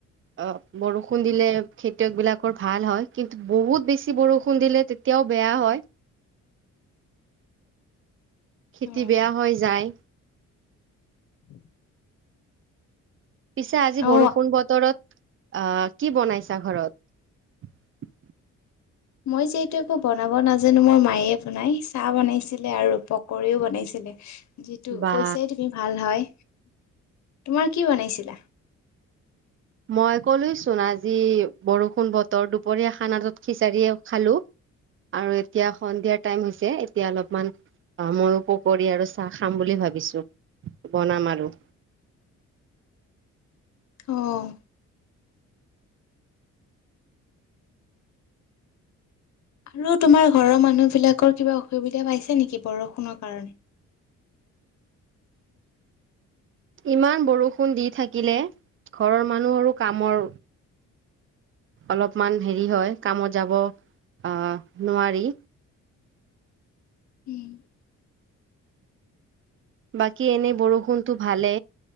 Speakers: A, on the right; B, on the left.
A: অ বৰষুণ দিলে খেতিয়ক বিলাকৰ ভাল হয় কিন্তু বহুত বেছি বৰষুণ দিলে তেতিয়াও বেয়া হয় খেতি
B: উম
A: বেয়া হৈ যায়
B: <inaudible>
A: পিছে আজি
B: অ
A: বৰষুণ বতৰত আহ কি বনাইছা ঘৰত
B: মই যিহেতু একো বনাব নাজানো মোৰ মায়ে বনাই চাহ বনাইছিলে আৰু পকৰিও বনাইছিলে। যিটো
A: বা
B: কইচাই তুমি ভাল হয় তোমাৰ কি বনাইছিলা
A: মই কলোয়েচোন আজি বৰষুণ বতৰ দুপৰীয়া খানাটোত বিচাৰিয়েই খালো আৰু এতিয়া সন্ধিয়াৰ টাইম হৈছে এতিয়া অলপমান অঁ ময়ো পকৰী আৰু চাহ খাম বুলি ভাবিছোঁ বনাম আৰু
B: আহ আৰু তোমাৰ ঘৰৰ মানুহ বিলাকৰ কিবা অসুবিধা পাইছে নেকি বৰষুণৰ কাৰণে
A: ইমান বৰষুণ দি থাকিলে ঘৰৰ মানুহৰো কামৰ অলপমান হেৰি হয় কামত যাব আহ নোৱাৰি
B: উম
A: বাকী এনেই বৰষুণটো ভালে